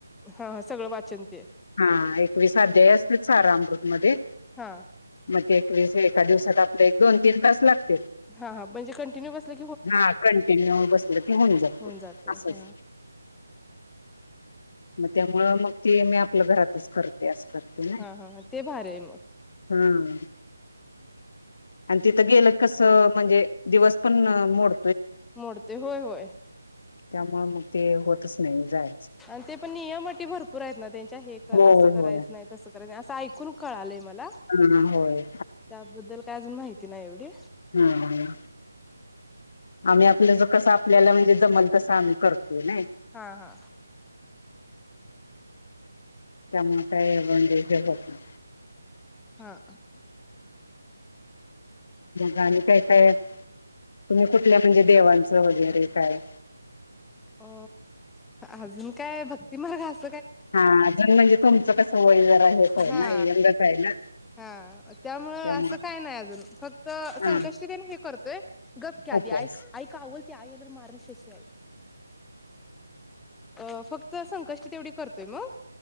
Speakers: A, in the centre; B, on the left.
A: हा हा सगळं वाचन ते
B: हा एकविसाध्ये असतील स रामृत मध्ये
A: हा
B: ग एक एका दिवसात आप एक दोन तीन तास लागत
A: हा हा म्हणजे कंटिन्यू बसले
B: हा कंटिन्यू बसलेलं की होऊन जातो
A: जाते
B: असंच
A: हा
B: मग त्यामुं मग ते मी आपल्या घरातच करत तास करते ना
A: हा हा ते भारी आहे मग
B: हम्म आणि तिथं गेलं कस म्हणजे दिवस पण मोड
A: मोडते होय होय
B: त्यामु मग ते होतच नाही जायच
A: आणि ते पण नियमट भरपूर आहेत ना त्यांच्या हे
B: होय
A: असं करायचं
B: होय
A: नाही तसं असं ऐकून कळालंय मला
B: हा होय
A: त्याबद्दल काय अजून माहिती नाही एवढी
B: हम्म हम आम्ही आपलं ज कस आपल्याला म्हणजे जमल तसं आम्ही करतो नाही
A: हा हा
B: टमाटा बण
A: हा
B: गाणी काय काय तुम्ही कुठल्या म्हणजे देवांचं वगैरे काय
A: अ अजून काय भक्तिमार्ग अस
B: हा अजून म्हणजे तुमचं कसं वय जर हेच आहे
A: हा
B: ना यंगच आहे ना
A: हा त्यामुं
B: त्यामुळे
A: असं काय नाही अजून फक्त
B: हा
A: संकष्टीने हे करतोय गपक्या आधी
B: उपवास
A: <unintelligible> ऐ का आवोलते आई मारून शक्य आहे अ फक्त संकष्टी तेवढी करतोय मग